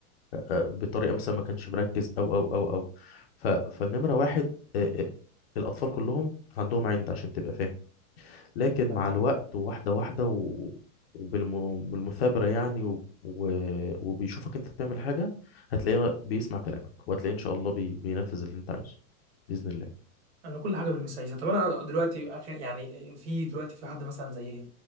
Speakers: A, on the left (about 45°); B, on the right (about 45°).
A: آه، بطريقة مثلا ما كانش مركز او او او او ف... فالنمرة واحد آه، آه، الأطفال كلهم عندهم عند عشان تبقى فاهم لكن
B: تمام
A: مع الوقت وواحدة واحدة و... وبالمثابرة يعني و... و... وبيشوفك انت بتعمل حاجة هتلاقيه بيسمع كلامك وهتلاقيه ان شاء الله بي... بينفذ اللي انت عايزه بإذن الله
B: انا كل حاجه بالمسايسه طب انا دلوقتي اخر يعني في دلوقتي في حد مثلا زي